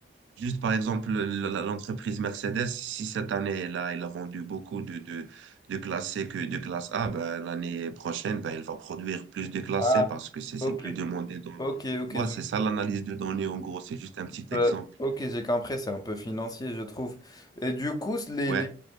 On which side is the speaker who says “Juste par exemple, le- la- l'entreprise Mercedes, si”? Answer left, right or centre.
Right